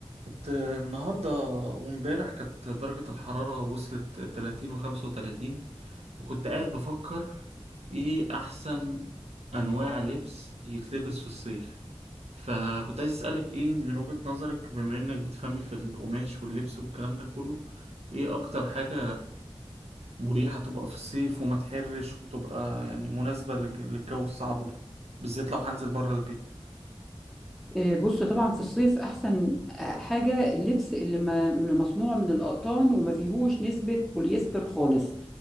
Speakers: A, on the right; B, in the centre.
A: كنت النهاردة وامبارح كانت درجة الحرارة وصلت 30 وخمسة وتلاتين فكنت قاعد بفكر ايه أحسن أنواع لبس يتلبس في الصيف فكنت عايز أسألك ايه من وجهة نظرك بما إنك بتفهمي في القماش واللبس والكلام ده كله ايه أكتر حاجة مريحة تبقى في الصيف وما تحرش وتبقى يعني مناسبة للج- للجو الصعب ده بالذات لو هنزل بره البيت
B: إيه، بص طبعا في الصيف احسن آه، حاجه اللبس اللي, ما اللي مصنوع من الاقطان وما فيهوش نسبه بوليستر خالص